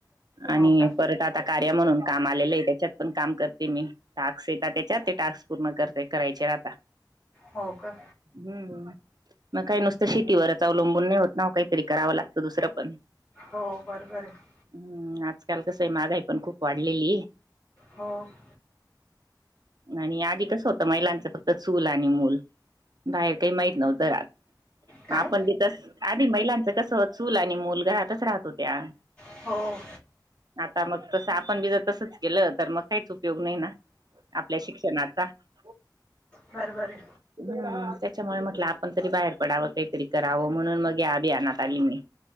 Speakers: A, on the left (about 15°); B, on the right (about 60°).
A: हो
B: आणि
A: का
B: परत आता कार्य म्हणून काम आलेलं आहे त्याच्यात पण काम करते मी, टास्क येत त्याच्यात ते टास्क पूर्ण करते. करायचे राहता.
A: हो का?
B: हम्म... मग काही नसत शेतीवरच अवलंबून नाही होत ना, काहीतरी कराव लागत दूसरं पण
A: हो बरोबर आहे.
B: हम्म, आजकाल कस आहे महागाई पण खुप वाढलेली.
A: हो <inaudible>
B: आणि आधी कसं होतं महिलांच फक्त चूल आणि मूल बाहेर काही माहत नव्हतं आत
A: काय
B: <inaudible> आपण त- तस, आधी महिलांचं कस चूल आणि मूल घरातच राहत होत्या.
A: हो.
B: आता मग तसं, आपण बी जर तसंच केलं तर मग काहीच उपयोग नाही ना. आपल्या शिक्षण <inaudible>
A: बर बर.
B: हम त्याच्यामुळे म्हटलं आपण तरी बाहेर पडावं, काहीतरी करावं म्हणून मग याभियानात आली मी.